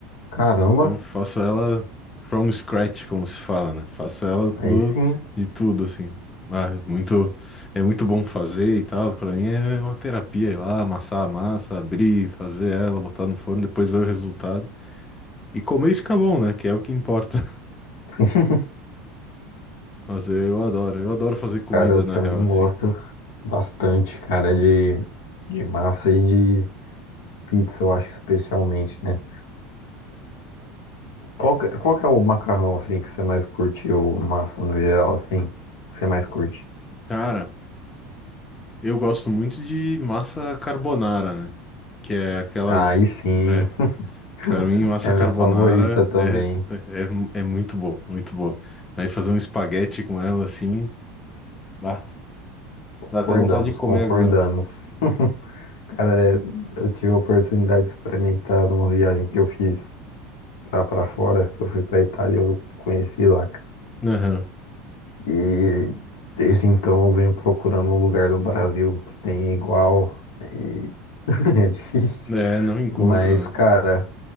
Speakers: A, on the left (about 80°); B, on the left (about 20°).
A: Caramba,
B: Então eu faço ela from scratch, como se fala, né? Faço ela
A: aí
B: do,
A: sim.
B: de tudo, assim. Ah, é muito, é muito bom fazer e tal, pra mim é uma terapia ir lá, amassar a massa, abrir, fazer ela, botar no forno, depois ver o resultado. E comer e ficar bom, né? Que é o que importa.
A: <laughs>
B: Mas é, eu adoro, eu adoro fazer comida
A: Cara, eu também
B: na real, assim.
A: gosto bastante, cara, de, de massa e de pizza, eu acho especialmente, né? Qual que, qual que é o macarrão, assim, que você mais curtiu? Massa no geral, assim, que você mais curte?
B: Cara, eu gosto muito de massa carbonara, né? Que é aquela.
A: Aí
B: de-
A: sim,
B: É,
A: <laughs>
B: pra mim, massa
A: é
B: carbonara
A: minha favorita também.
B: é, é, é muito boa, muito boa. Aí fazer um espaguete com ela, assim, bah,
A: Concordamos,
B: dá até vontade de comer
A: concordamos.
B: agora.
A: Cara, é, eu tive a oportunidade de experimentar numa viagem que eu fiz pra, pra fora, que eu fui pra Itália, eu conheci lá, cara.
B: Aham.
A: E desde então eu venho procurando um lugar do Brasil que tenha igual, e <laughs> é difícil.
B: É, não encontra,
A: Mas, cara,
B: né?